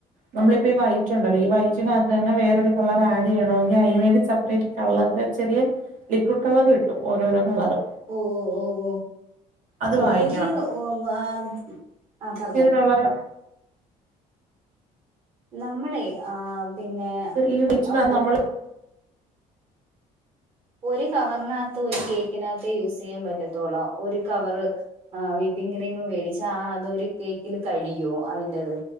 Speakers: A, on the right (about 60°); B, on the right (about 40°).
A: നമ്മളിപ്പോ ഈ വൈറ്റുണ്ടല്ലോ ഈ വൈറ്റിനകത്ത് തന്നെ വേറൊരു കളറ് ആഡ് ചെയ്യണ് ണോങ്കി അയിന് വേണ്ടി സെപ്പറേറ്റ് കളർടെ ചെറിയ ലിക്വിഡ് കളർ കിട്ടും ഓരോരോ കളറ്
B: ഓഹ് ഓഹ് ഓഹ്
A: അത്
B: ഓഹ് ഓഹ്
A: വാങ്ങിക്കണം
B: ഒരു വാ ആഹ് പറഞ്ഞോ
A: കളറ്
B: നമ്മളെ ആഹ് പിന്നെ
A: ഈ വൈറ്റിനകത്ത്
B: ആഹ് ഓ
A: നമ്മള്
B: ഒരു കവറിനത്ത് ഒരു കേക്കിനകത്തെ യൂസ് ചെയ്യാൻ പറ്റത്തുള്ളോ ഒരു കവറ് ആഹ് വിപ്പിങ് ക്രീംമ് മേടിച്ച ആഹ് അതൊരു കേക്കില് കഴിയോ അതിന്റത്